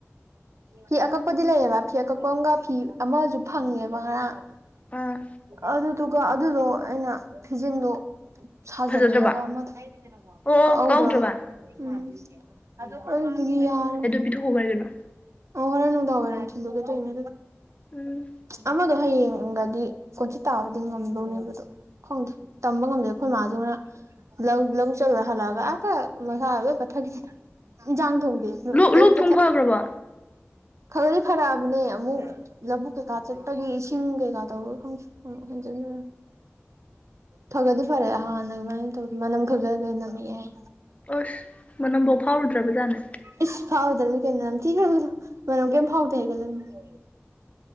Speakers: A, on the right; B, on the left.
A: ꯐꯤ ꯑꯀꯛꯄꯗꯤ ꯂꯩꯌꯦꯕ ꯐꯤ ꯑꯀꯛꯄ ꯑꯃꯒ ꯐꯤ ꯑꯃꯁꯨ ꯐꯪꯉꯦꯕ ꯉꯔꯥꯡ
B: ꯑꯥ
A: ꯑꯗꯨꯗꯨꯒ ꯑꯗꯨꯗꯣ ꯑꯩꯅ ꯐꯤꯖꯤꯟꯗꯣ ꯁꯥꯖꯤꯜꯂꯨꯔꯒ
B: ꯐꯖꯗ꯭ꯔꯕ
A: ꯑꯃꯗꯣ
B: ꯑꯣ
A: ꯀꯛꯑꯧꯗ꯭ꯔꯕ
B: ꯀꯧꯗ꯭ꯔꯕ
A: ꯎꯝ ꯑꯗꯨꯗꯨꯗꯤ ꯌꯥꯔꯣꯏ
B: ꯄꯤꯊꯣꯛꯈꯣ ꯀꯔꯤꯅꯣ
A: ꯑꯣ ꯍꯣꯔꯦꯟ ꯅꯨꯡꯗꯥꯡ ꯋꯥꯏꯔꯝ ꯊꯤꯜꯂꯨꯒꯦ ꯇꯧꯏꯅꯦ
B: ꯎꯝ
A: ꯑꯃꯗꯣ ꯍꯌꯦꯡꯒꯗꯤ ꯁꯥꯈꯤꯠ ꯇꯥꯕꯗꯤ ꯉꯝꯗꯧꯅꯦꯕꯗꯣ ꯈꯪꯗꯦ ꯇꯝꯕ ꯉꯝꯗꯦ ꯑꯩꯈꯣꯏ ꯃꯥꯗꯨꯅ ꯂꯧ ꯂꯧꯕꯨꯛ ꯆꯠꯂꯨꯔ ꯍꯜꯂꯛ ꯑꯒ ꯑꯇꯥ ꯃꯁꯥ ꯂꯣꯏ ꯐꯠꯊꯥꯒꯤꯗꯅ ꯏꯟꯁꯥꯡ ꯊꯣꯡꯗꯦ
B: ꯂꯣꯛ
A: ꯑꯌꯨꯛꯇꯥ
B: ꯂꯣꯛ ꯊꯨꯡ
A: ꯊꯛ
B: ꯐꯈ꯭ꯔꯕꯣ
A: ꯈꯔꯗꯤ ꯐꯔꯛꯑꯥꯕꯅꯦ ꯑꯃꯨꯛ ꯂꯧꯕꯨꯛ ꯀꯩꯀꯥ ꯆꯠꯄꯒꯤ ꯏꯁꯤꯡ ꯀꯩꯀꯥ ꯇꯧꯕꯔ ꯈꯪꯗꯦ ꯑꯃꯨꯛ ꯍꯦꯟꯖꯤꯟꯂꯦ ꯊꯥꯕꯜꯗꯤ ꯐꯔꯦ ꯍꯥꯟꯅ ꯑꯗꯨꯃꯥꯏꯅ ꯇꯧꯗꯦ ꯃꯅꯝ ꯈꯛꯇ ꯑꯗꯨ ꯅꯝꯃꯛꯑꯦ ꯍꯥꯏꯌꯦ
B: ꯎꯁ ꯃꯅꯝꯕꯧ ꯐꯥꯎꯔꯨꯗ꯭ꯔꯕꯖꯥꯅꯦ
A: ꯏꯁ ꯐꯥꯎꯗ꯭ꯔꯗꯤ ꯀꯩꯅꯣ ꯅꯃꯊꯤꯈꯔ꯭ꯕꯗꯨ ꯃꯅꯝ ꯀꯩꯝ ꯐꯥꯎꯗꯦ ꯍꯥꯏꯒꯠꯂꯕꯅꯤ